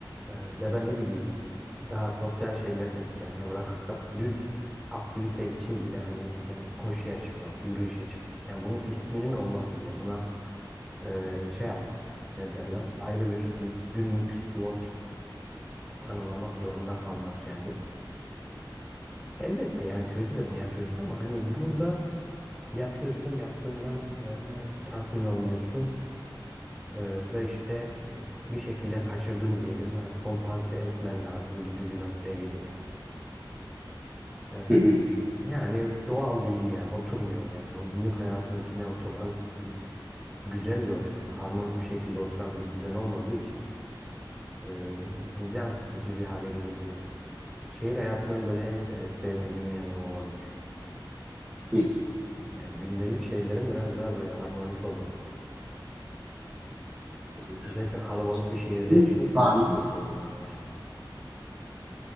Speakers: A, in the centre; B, on the right (about 15°).
A: E, ya da ne bileyim daha sosyal şeyleri de bir kenara bırakırsak düz aktivite için bile hani ne bileyim koşuya çıkmak, yürüyüşe çıkmak. Yani bunun isminin olması bile buna e, şey yapmak ne derler? Ayrı bir günlük slot tanımlamak zorunda kalmak yani. Elbette yani köyde de bunu yapıyorsun ama hani burada yapıyorsun, yaptığından e, tatmin olmuyorsun e, ve işte e, bir şekilde kaçırdın diyelim. Hani kompanse etmen lazım gibi bir noktaya geliyorsun. E,
B: hı hı,
A: yani doğal değil yani oturmuyor yani. O günlük hayatın içine oturan bir güzelce oturan, harmonik bir şekilde oturan bir düzen olmadığı için e, can sıkıcı bir hale gelebiliyor yani bence. Şehir hayatının böyle en e, sevmediğim yanı o olabilir.
B: hı hı.
A: Yani gündelik şeylerin biraz daha böyle harmonik olması lazım yani.
B: Anlıyorum.
A: Özellikle kalabalık bir şehirde
B: Senin
A: yaşıyorsan
B: Var
A: bu sıkıntı
B: mı?
A: olmaya başlıyor.